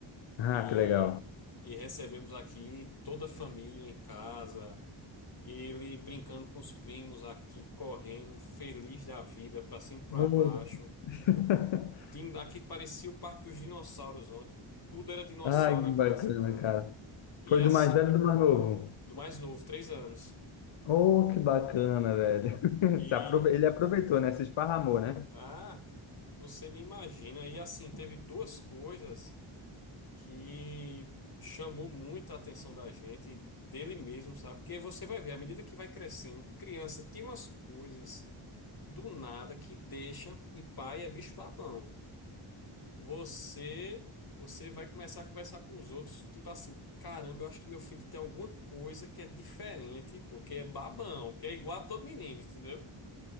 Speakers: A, on the left; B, on the left.
A: Ah,
B: e,
A: que legal.
B: e recebemos aqui toda a família em casa. Ele brincando com os primos aqui, correndo, feliz da vida, pra cima e pra
A: Oh.
B: baixo.
A: <laughs>
B: Din- Aqui parecia o Parque dos Dinossauros ontem. Tudo era dinossauro
A: Ai, que
B: aqui
A: bacana,
B: nessa casa.
A: cara.
B: E
A: Foi
B: as,
A: do mais velho e do mais novo.
B: do mais novo, três anos.
A: Oh, que bacana, velho. <laughs>
B: E,
A: Se aprove- Ele aproveitou, né? Se esparramou, né?
B: ah, você nem imagina. E assim, teve duas coisas. que chamou muito a atenção da gente, dele mesmo, sabe? Porque você vai ver, à medida que vai crescendo, criança tem umas coisas do nada que deixa, e pai é bicho babão. Você, você vai começar a conversar com os outros, tipo assim, caramba, eu acho que meu filho tem alguma coisa que é diferente, porque é babão, que é igual a todo menino, entendeu?